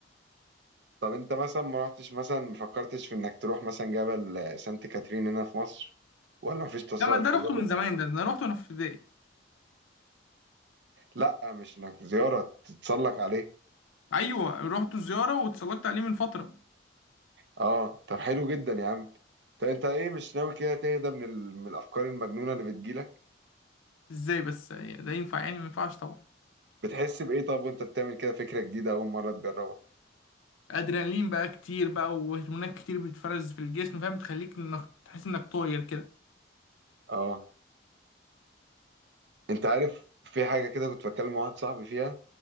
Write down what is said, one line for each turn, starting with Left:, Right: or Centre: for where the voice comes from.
Right: طب انت مثلا ما رحتش مثلا ما فكرتش في انك تروح مثلا جبل آه، سانت كاترين هنا في مصر ولا مفيش تص-
Left: لا ما ده روحته
Right: تسلق
Left: من زمان
Right: عليه
Left: ده ده انا روحته وانا في ابتدائي
Right: لا مش انك زياره تتسلق عليه
Left: ايوه رحت زياره واتسلقت عليه من فتره
Right: اه طب حلو جدا يا عم طب انت ايه مش ناوي كده تهدى من, ال... من الافكار المجنونه اللي بتجيلك
Left: ازاي بس ده ينفع يعني ما ينفعش طبعا
Right: بتحس بايه طب وانت بتعمل كده فكره جديده اول مره تجربها
Left: ادرينالين بقى كتير بقى وهرمونات كتير بتفرز في الجسم فاهم تخليك انك تحس انك طاير كده
Right: اه انت عارف في حاجة كده كنت بتكلم مع واحد صاحبي فيها